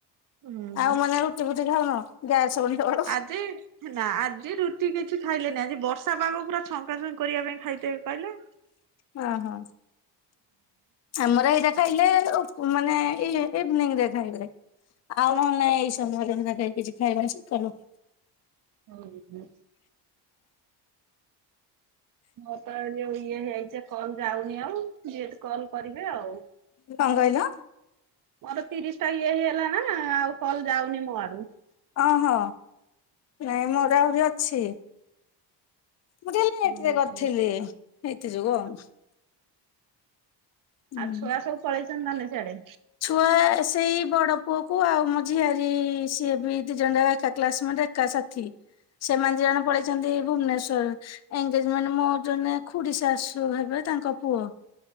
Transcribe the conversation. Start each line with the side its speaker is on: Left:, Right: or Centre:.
Right: ହୁଁ।
Left: ଆଉ ମାନେ ରୁଟି ଫୁଟି ଖାଉନ ଗ୍ୟାସ ହବନି ତମର।
Right: ଆଜି। ନା ଆଜି ରୁଟି କିଛି ଖାଇଲେନି ଆଜି ବର୍ଷା ପାଗ ପୁରା ଛଙ୍କା ଛଙ୍କି କରିବା ପାଇଁ ଖାଇଥେ କହିଲେ।
Left: ହଁ ହଁ ଆମର ଏଇଟା ଖାଇଲେ ଓ ପ୍ ମାନେ ଇ ଇଭିନିଂ ରେ ଖାଇବେ। ଆଉ ନାଇଁ ଏଇ ସମୟରେ <unintelligible> କିଛି ଖାଇବା ନାହିଁ ସବୁ ଚଲୋ।
Right: ହୁଁ ହୁଁ। ମୋର ତ ଯଉ ଇଏ ହେଇଚି କଲ୍ ଯାଉନି ଆଉ ଯିଏତ୍ କଲ କରିବେ ଆଉ।
Left: କଣ କହିଲ?
Right: ମୋର ତିରିଶ ଟା ଇଏ ହେଇଗଲା ନା ଆଉ କଲ ଯାଉନି ମୋ ଆଡୁ।
Left: ଓହୋ ନାଇଁ ମୋର ଆହୁରି ଅଛି। ମୁଁ ଟିକେ ଲେଟ୍
Right: ହୁଁ
Left: ରେ କରିଥିଲି ହେଇଥି ଯୋଗୁ ଆଉ। ହୁଁ।
Right: ଆଉ ଛୁଆ ସବୁ ପଳେଇଚନ୍ତି ନା ନାଇଁ ସିଆଡେ।
Left: ଛୁଆ ସେଇ ବଡ ପୁଅ କୁ ଆଉ ମୋ ଝିଆରି ସିଏ ବି ଦି ଜଣ ଯାକ ଏକା କ୍ଲାସ ମେଣ୍ଟେ। ଏକା ସାଥି ସେମାନେ ଦି ଜଣ ପଳେଇଚନ୍ତି ଭୁବନେଶ୍ୱର। ଏନଗେଜମେଣ୍ଟ୍ ମୋ ଜଣେ ଖୁଡି ଶାଶୁ ହେବେ ତାଙ୍କ ପୁଅ।